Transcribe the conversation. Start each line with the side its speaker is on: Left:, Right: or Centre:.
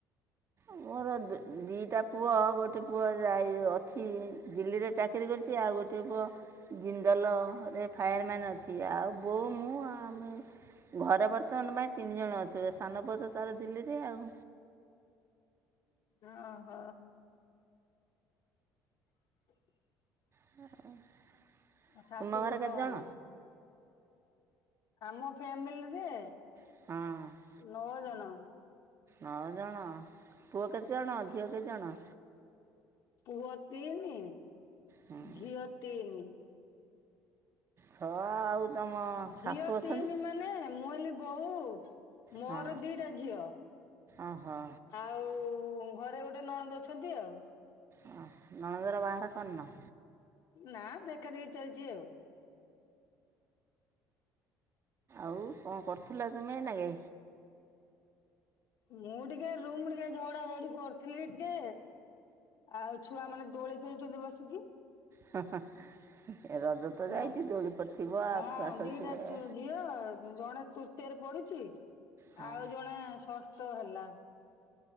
Right: ମୋରୋ ଦୁଇ ଦିଟା ପୁଅ ଗୋଟେ ପୁଅ ଯାଇ ଅଛି ଦିଲ୍ଲୀରେ ଚା କିରି କରିଚି ଆଉ ଗୋଟିଏ ପୁଅ ଜିନ୍ଦଲରେ ଫାୟାରମ୍ୟାନ୍ ଅଛି ଆଉ ବୋହୁ ମୁଁ ଆମେ ଘରେ ବର୍ତ୍ତମାନ ପାଇଁ ତିନି ଜଣ ଅଛୁ ସାନ ପୁଅ ତ ତାର ଦିଲ୍ଲୀରେ ଆଉ।
Left: ଅଃ। <inaudible>
Right: <unintelligible>
Left: ଆଉ ଶାଶୂ
Right: ତୁମ ଘରେ
Left: ବୋହୂ
Right: କେତେ
Left: କଣ
Right: ଜଣ
Left: ଉଁ ଆମ ଫ୍ୟାମିଲିରେ
Right: ହଁ।
Left: ନଅ ଜଣ।
Right: ନଅ ଜଣ ପୁଅ କେତେ ଜଣ ଝିଅ କେତେ ଜଣ।
Left: ପୁଅ ତିନି
Right: ହୁଁ,
Left: ଝିଅ ତିନି।
Right: ଛଅ ଆଉ ତମ ଶାଶୁ
Left: ଝିଅ
Right: ଅଛନ୍ତି।
Left: ତିନି ମାନେ ମୁଁ ହେଲି ବୋହୂ ମୋର
Right: ହଁ
Left: ଦିଟା ଝିଅ।
Right: ଓହୋ
Left: ଆଉ ଘରେ ଗୋଟେ ନଣନ୍ଦ ଅଛନ୍ତି ଆଉ।
Right: ଅ ନଣଦର ବାହାଘର କରିନ।
Left: ନା ଦେଖା ଦେଖି ଚାଲିଚି ଆଉ।
Right: ଆଉ କଣ କରୁଥିଲ ତୁମେ ଏଇନାକେ?
Left: ମୁଁ ଟିକେ ରୁମ୍ ଟିକେ ଝଡା ଝଡି କରୁଥିଲି ଟିକେ। ଆଉ ଛୁଆ ମାନେ ଦୋଳି ଖେଳୁଛନ୍ତି ବସିକି।
Right: ହା ହା ରଜ ତ
Left: ହଁ।
Right: ଯାଇଚି ଦୋଳି ପଡିଥିବ ଆଉ
Left: ହଁ
Right: ଛୁଆ ଖେଳୁଥିବେ।
Left: ଦିଟା ଝିଅ ଜଣେ ତୃତୀୟରେ ପଢୁଚି
Right: ହଁ
Left: ଆଉ ଜଣେ ଷଷ୍ଟ ହେଲା।